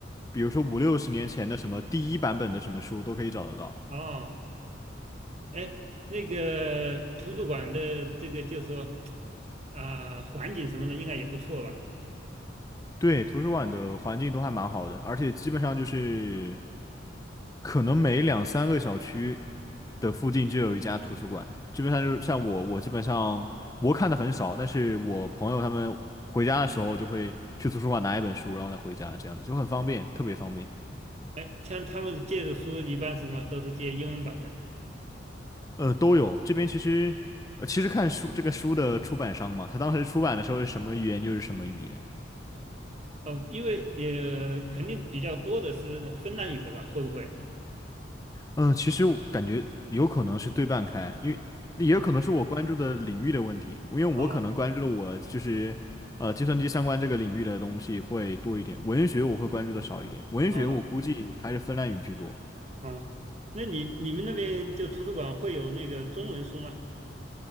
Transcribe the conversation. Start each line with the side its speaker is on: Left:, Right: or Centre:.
Left: 比如说五六十年前的什么第一版本的什么书都可以找得到。
Right: 哦，哎，那个图书馆的这个就说啊、环境什么的应该也不错吧？
Left: 对，图书馆的环境都还蛮好的，而且基本上就是可能每两三个小区的附近就有一家图书馆。基本上就是像我，我基本上我看的很少，但是我朋友他们回家的时候就会去图书馆拿一本书，然后再回家，这样子就很方便，特别方便。
Right: 哎，像他们借的书一般什么都是借英文版的，
Left: 呃，都有。这边其实，呃，其实看书这个书的出版商嘛，他当时出版的时候是什么语言就是什么语言。
Right: 嗯、因为也肯定比较多的是芬兰语的吧？会不会？
Left: 嗯，呃其实我感觉有可能是对半开，因为也有可能是我关注的领域的问题，
Right: 啊
Left: 因为我可能关注的我就是呃计算机相关这个领域的东西会多一点，
Right: 啊
Left: 文学我会关注的少一点，文学我估计还是芬兰语居多，
Right: 啊啊！哦那你你们那边就图书馆会有那个中文书吗？